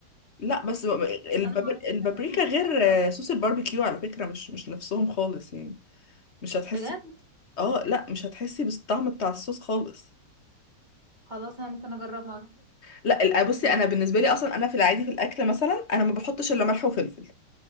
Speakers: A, on the left; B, on the right.
A: لا بس البابر...
B: بس انا ما اعرفش
A: البابريكا
B: بقى اذا كنت
A: غير
B: بتبقى حلوه
A: آه،
B: ولا لا
A: صوص الباربيكيو على فكره مش مش نفسهم خالص يعني مش هتحسي
B: بجد
A: اه لا مش هتحسي بالطعم بتاع الصوص خالص
B: خلاص انا ممكن اجربها
A: لا الأ- بصي
B: كملي
A: انا بالنسبه لي اصلا انا في العادي في الاكل مثلا انا ما بحطش الا ملح وفلفل